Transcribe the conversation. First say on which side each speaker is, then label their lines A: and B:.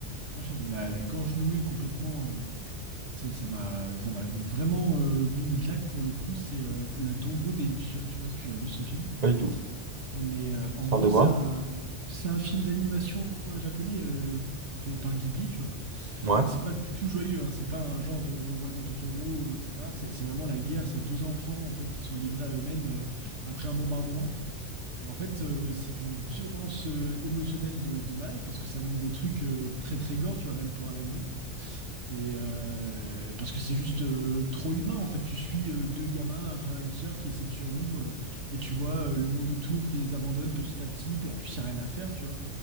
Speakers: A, on the right; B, on the right.
A: moi, j'avais la, la gorge nouée complètement. euh, c'est, ça m'a ça m'a vraiment euh, mis une claque pour le coup. C'est euh, Le Tombeau des Lucioles. Je sais pas si tu l'as vu ce film.
B: Pas du tout.
A: Mais euh, en
B: Ça
A: gros,
B: parle de quoi?
A: c'est un, c'est un film d'animation euh, japonais euh, fait par Ghibli, tu vois.
B: Ouais.
A: Et c'est pas du tout joyeux, hein. C'est pas un genre de Mon voisin Totoro, euh, etc. C'est c'est vraiment la guerre, ces deux enfants en fait qui sont livrés à eux-mêmes euh, après un bombardement. Et en fait, euh, c'est d'une violence euh, émotionnelle de, de malade parce que ça montre des trucs euh, très très gore, tu vois, même pour un animé. Et euh, parce que c'est juste euh, trop humain en fait. Tu suis euh, deux gamins, un frère et une sœur qui essaient de survivre euh, et tu vois euh, le monde autour qui les abandonne petit à petit. Et en plus, il n'y a rien à faire, tu vois